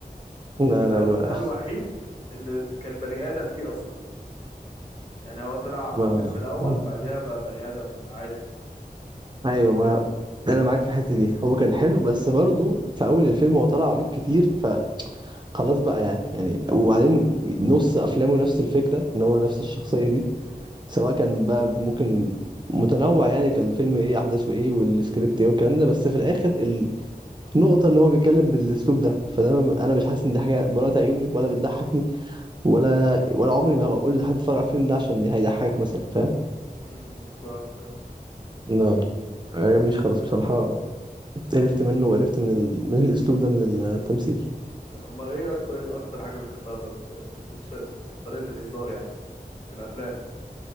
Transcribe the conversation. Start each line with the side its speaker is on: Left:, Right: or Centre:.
Right: لا
Left: ان ده
Right: لا ما...
Left: ده الوحيد اللي كان بني ادم فيه اصلا يعني هو طلع
Right: <laughs> لا
Left: عبيط في الاول
Right: ما...
Left: بعديها بقى بني ادم عادي
Right: ايوه ما انا معاك في الحته دي هو كان حلو بس برضو في اول الفيلم هو طلع عبيط كتير خلاص بقى يعني يعني وبعدين
Left: امم
Right: نص افلامه نفس الفكره ان هو نفس الشخصيه دي سواء كان بقى ممكن متنوع يعني كان الفيلم ايه احداثه ايه والسكريبت ايه والكلام ده بس في الاخر النقطه ان هو بيتكلم بالاسلوب ده فده ما- انا مش حاسس ان دي حاجه ولا تعجبني ولا بتضحكني ولا ولا عمري ما هقول لحد اتفرج على الفيلم ده عشان هيضحكك مثلا فاهم
Left: امم فاهمك اه
Right: لا ما عجبنيش خالص بصراحه قرفت منه وقرفت من ال... من الاسلوب ده من التمثيل
Left: امال ايه اكتر اكتر حاجة بتحبها طب في ال- الش... طريقة الهزار يعني في الافلام